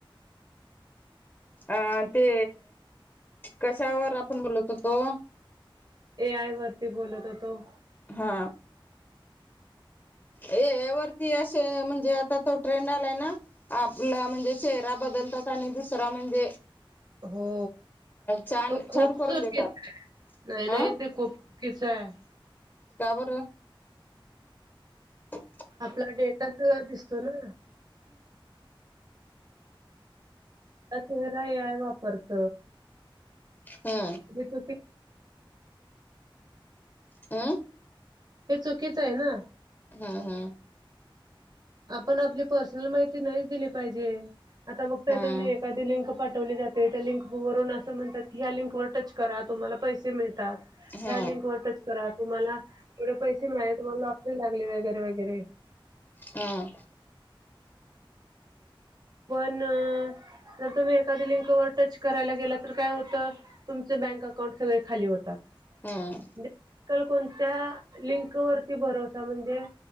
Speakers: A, on the right; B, on the left.
A: ह <inaudible>
B: अ ते कशावर आपण बोलत होतो.
A: ए आय वरती बोलत होतो.
B: हा ए वरती असे म्हणजे आता तो ट्रेंड आलाय ना. आपला म्हणजे चेहरा बदलतात आणि दुसरा म्हणजे.
A: हो
B: छान
A: तो खूप
B: छान करून
A: नाही
B: देतात
A: नाही
B: अ
A: ते खूप. किच आहे.
B: त्यावरर. हो
A: आपला डेटाच दिसतो ना. अ तेराय वापरत.
B: हा.
A: जे तु.
B: आह
A: हे चुकीचं आहे ना.
B: हा हा
A: आपण आपली पर्सनल माहिती नाहीच दिली पाहिजे. आता बघताय
B: हम्म
A: तुम्ही, एखादी लिंक पाठवली जाते, त्या लिंकवरून असं म्हणतात की, ह्या लिंकवर टच करा तुम्हाला पैसे मिळतात.
B: हम्म
A: ह्या लिंक वर टच करा तुम्हाला पुढे पैसे मिळाले, तुम्हाला लॉटरी लागले वगैे वगैरे.
B: हा!
A: पण.... जर तुम्ही एखादी लिंकवर टच करायला गेला तर काय होतं. तुमच बँक अकाउंट सगळे खाली होतात.
B: ह.
A: म्हणजे, कल कोणत्या लिंक वरती भरोसा म्हणजे,